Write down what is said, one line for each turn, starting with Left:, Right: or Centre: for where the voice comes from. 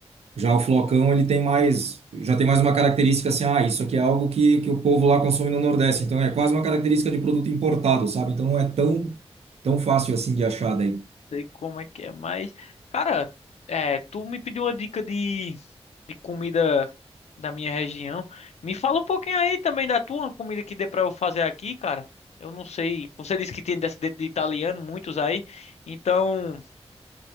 Right: Já o flocão, ele tem mais, já tem mais uma característica assim, ah, isso aqui é algo que, que o povo lá consome no Nordeste. Então, é quase uma característica de produto importado, sabe? Então, não é tão, tão fácil assim de achar daí.
Left: sei como é que é, mas, cara, é, tu me pediu uma dica de, de comida da minha região. Me fala um pouquinho aí também da tua comida que dê pra eu fazer aqui, cara. Eu não sei, você disse que tem descendente de italiano, muitos aí. Então, o